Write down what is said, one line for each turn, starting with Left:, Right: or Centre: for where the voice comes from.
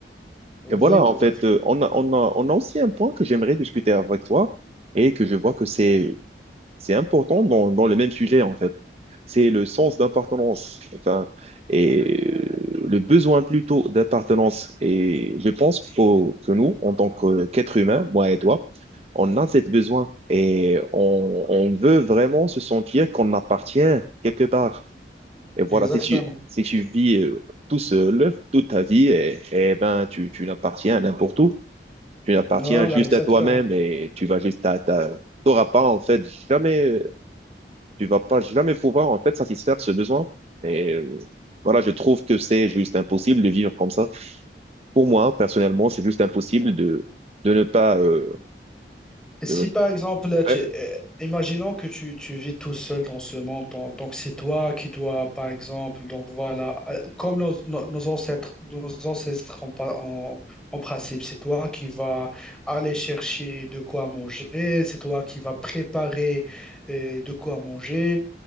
Centre: Oui,
Right: Et voilà,
Centre: tout
Right: en fait,
Centre: à fait.
Right: euh, on a, on a, on a aussi un point que j'aimerais discuter avec toi et que je vois que c'est, c'est important dans, dans le même sujet, en fait. C'est le sens d'appartenance, enfin, et euh, le besoin plutôt d'appartenance. Et je pense qu'il faut que nous, en tant que- qu'êtres humains, moi et toi, on a cette besoin et on, on veut vraiment se sentir qu'on appartient quelque part. Et voilà,
Centre: Exactement.
Right: si tu, si tu vis euh, tout seul toute ta vie, et, et ben, tu, tu n'appartiens à n'importe où. Tu n'appartiens
Centre: Voilà,
Right: juste
Centre: exactement.
Right: à toi-même et tu vas juste à ta, t'auras pas, en fait, jamais, tu vas pas jamais pouvoir, en fait, satisfaire ce besoin. Et euh, voilà, je trouve que c'est juste impossible de vivre comme ça. Pour moi, personnellement, c'est juste impossible de, de ne pas, euh,
Centre: Et si
Right: de-
Centre: par exemple, là, tu-
Right: Ouais,
Centre: euh, imaginons que tu, tu vis tout seul dans ce monde, donc donc c'est toi qui dois, par exemple, donc voilà, euh, comme nos, nos- nos ancêtres, nos ancêtres en, pa- en- en principe, c'est toi qui vas aller chercher de quoi manger, c'est toi qui vas préparer euh, de quoi manger.